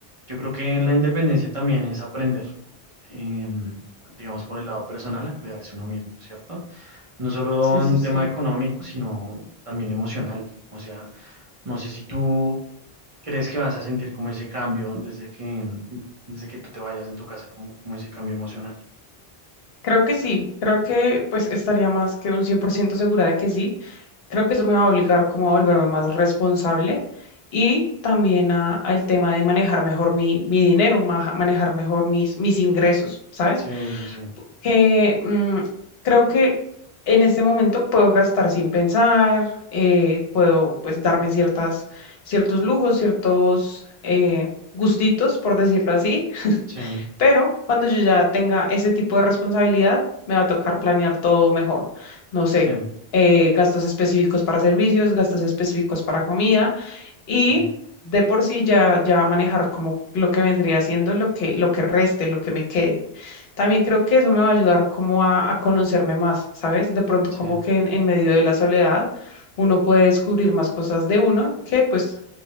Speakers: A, on the right; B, on the left.
A: Yo creo que en la independencia también es aprender, em, digamos por el lado personal, a cuidarse uno mismo, ¿cierto? no solo
B: sí,
A: en
B: sí,
A: un tema
B: sí.
A: económico, sino también emocional. O sea, no sé si tú crees que vas a sentir como ese cambio desde que, desde que tú te vayas de tu casa, como, como ese cambio emocional.
B: Creo que sí, creo que pues estaría más que un 100% segura de que sí. creo que eso me va a obligar como a volverme más responsable y también a, al tema de manejar mejor mi, mi dinero, maja- manejar mejor mis, mis ingresos, ¿sabes?
A: Sí, sí, sí.
B: Que mm, creo que en este momento puedo gastar sin pensar, eh, puedo pues darme ciertas, ciertos lujos, ciertos eh, gustitos, por decirlo así,
A: Sí,
B: pero cuando yo ya tenga ese tipo de responsabilidad, me va a tocar planear todo mejor. No sé,
A: sí,
B: eh, gastos específicos para servicios, gastos específicos para comida y
A: sí,
B: de por sí ya, ya manejar como lo que vendría siendo lo que, lo que reste, lo que me quede. También creo que eso me va a ayudar como a, a conocerme más, ¿sabes? De pronto
A: sí.
B: como que en, en medio de la soledad uno puede descubrir más cosas de uno que pues